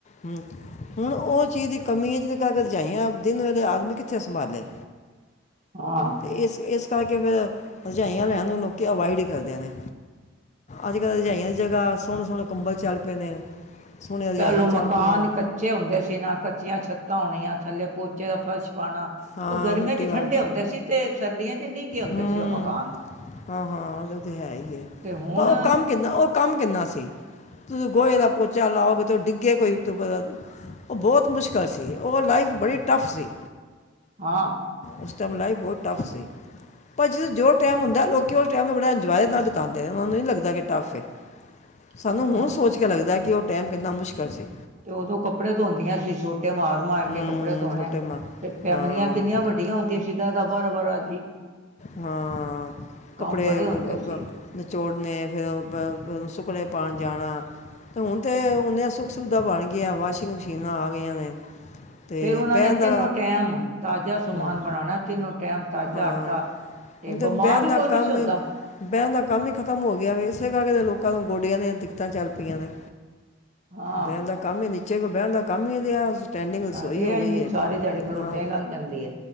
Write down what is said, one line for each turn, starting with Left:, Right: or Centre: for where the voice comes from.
Left: ਹਮ ਹੁਣ ਉਹ ਚੀਜ਼ ਦੀ ਕਮੀ ਹੈ ਜਿਸਦੇ ਕਰਕੇ ਰਜਾਾਈਆਂ। ਦਿਨ ਵੇਲੇ ਆਦਮੀ ਕਿੱਥੇ ਸੰਭਾਲੇ
Right: ਹਾਂ
Left: ਤੇ ਇਸ ਇਸ। ਇਸ ਕਰਕੇ ਫਿਰ ਰਜਾਈਆਂ ਲੈਣ ਨੂੰ ਲੋਕ ਅਵਾਇਡ ਹੀ ਕਰਦੇ ਨੇ। ਅੱਜ, ਕੱਲ੍ਹ ਰਜਾਈਆਂ ਦੀ ਜਗਹਾ ਸੋਹਣੇ, ਸੋਹਣੇ ਕੰਬਲ ਚੱਲ ਪਏ ਨੇ। ਸੋਹਣੀਆਂ ਰਜਾਈਆਂ
Right: ਪਹਿਲੋਂ ਮਕਾਨ
Left: ਚੱਲ ਪਈਆਂ
Right: ਕੱਚੇ ਹੁੰਦੇ ਸੀ ਨਾ ਕੱਚੀਆਂ ਛੱਤਾਂ ਹੋਣੀਆਂ। ਥੱਲੇ ਪੋਚੇ ਦਾ ਫਰਸ਼ ਪਾਉਣਾ
Left: ਹਾਂ
Right: ਉਹ ਗਰਮੀਆਂ
Left: ਮਿੱਟੀ
Right: ਚ
Left: ਵੱਲ
Right: ਠੰਡੇ ਹੁੰਦੇ ਸੀ ਤੇ ਸਰਦੀਆਂ ਚ ਨਿੱਘੇ ਹੁੰਦੇ
Left: ਹੂੰ
Right: ਸੀ ਉਹ। ਮਕਾਨ।
Left: ਹਾਂ, ਹਾਂ ਉਹ ਤੇ ਹੈ ਹੀ
Right: ਤੇ ਹੁਣ
Left: ਪਰ ਉਹ ਕੰਮ ਕਿੰਨਾ, ਉਹ ਕੰਮ ਕਿੰਨਾ ਸੀ। ਤੂੰ ਗੋਹੇ ਦਾ ਪੋਚਾ ਲਾਓਗੇ ਤੂੰ ਡਿੱਗੇ ਕੋਈ ਤੂੰ ਪਤਾ। ਉਹ ਬਹੁਤ ਮੁਸ਼ਕਿਲ ਸੀ। ਉਹ ਲਾਈਫ ਬੜੀ ਟੱਫ ਸੀ।
Right: ਹਾਂ।
Left: ਉਸ ਟਾਈਮ ਲਾਈਫ ਬਹੁਤ ਟਫ ਸੀ। ਪਰ ਜਦ ਜੋ ਟਾਈਮ ਹੁੰਦਾ ਲੋਕੀ ਉਸ ਟਾਈਮ ਨੂੰ ਬੜਾ ਇੰਜੋਏ ਨਾਲ ਬਿਉਂਦੇ ਨੇ ਉਹਨਾਂ ਨੂੰ ਨਹੀਂ ਲੱਗਦਾ ਕਿ ਟੱਫਏ।
Right: <unintelligible>
Left: ਸਾਨੂੰ
Right: ਹਾਂ
Left: ਹੁਣ ਸੋਚ ਕੇ ਲੱਗਦਾ। ਕਿ ਉਹ ਟਾਈਮ ਕਿੰਨਾ ਮੁਸ਼ਕਿਲ ਸੀ।
Right: ਤੇ ਉਦੋਂ ਕੱਪੜੇ ਧੋਂਦੀਆਂ ਸੀ ਛੋਟ ਮਾਰ- ਮਾਰ ਕੇ
Left: ਹੂੰ
Right: ਕੱਪੜੇ ਧੋਣੇ।
Left: ਛੋਟੇ ਮਾਂ
Right: ਤੇ ਫੈਮਲੀਆਂ
Left: ਹਾਂ
Right: ਕਿੰਨੀਆਂ ਵੱਡੀਆਂ ਹੁੰਦੀਆਂ ਸੀ ਦੱਸ -ਦੱਸ, ਬਾਰਾਂ-ਬਾਰਾਂ
Left: ਹਾਂ,
Right: ਕੰਮ
Left: ਕੱਪੜੇ
Right: ਬੜੇ ਹੁੰਦੇ ਸੀ
Left: ਨਿਚੋੜਨੇ ਫੇਰ ਸੁੱਕਣੇ ਪਾਣ ਜਾਣਾ ਤੇ ਹੁਣ ਤੇ ਓਨੀਆਂ ਸੁੱਖ ਸੁਵਿਧਾ ਬਣ ਗਈਆਂ ਵਾਸ਼ਿੰਗ ਮਸ਼ੀਨਾਂ ਆ ਗਈਆਂ ਨੇ। ਤੇ
Right: ਫੇਰ ਉਹਨਾਂ
Left: ਬਹਿਣ
Right: ਨੇ
Left: ਦਾ
Right: ਤਿੰਨੋ ਟਾਈਮ ਤਾਜ਼ਾ ਸਮਾਨ
Left: ਹਾਂ
Right: ਬਣਾਉਣਾ ਤਿੰਨੋ ਟਾਈਮ ਤਾਜ਼ਾ
Left: ਹਾਂ
Right: ਆਟਾ ਤੇ
Left: ਹੁਣ
Right: ਬਿਮਾਰ
Left: ਬਹਿਣ
Right: ਵੀ
Left: ਦਾ
Right: ਕੋਈ ਨੀ
Left: ਕੰਮ
Right: ਸੀ ਹੁੰਦਾ।
Left: ਬਹਿਣ ਦਾ ਕੰਮ ਹੀ ਖਤਮ ਹੋ ਗਿਆ ਵੇ। ਇਸੇ ਕਰਕੇ ਲੋਕਾਂ ਨੂੰ ਗੋਡਿਆਂ ਦੇ ਦਿੱਕਤਾਂ ਚੱਲ ਪਈਆਂ ਨੇ।
Right: ਹਾਂ
Left: ਬਹਿਣ ਦਾ ਕੰਮ ਹੀ ਨੀਚੇ ਕੋਈ ਬਹਿਣ ਦਾ ਕੰਮ ਹੀ ਰਿਹਾ। ਸਟੈਂਡਿੰਗ ਰਸੋਈ
Right: ਰਿਹਾ
Left: ਹੋ
Right: ਇਨੀ
Left: ਗਈ ਹੈ
Right: ਸਾਰੀ ਦਿਹਾੜੀ ਖਲੋਤਿਆਂ
Left: ਹਾਂ
Right: ਹੀ ਲੰਘ ਜਾਂਦੀ ਏ।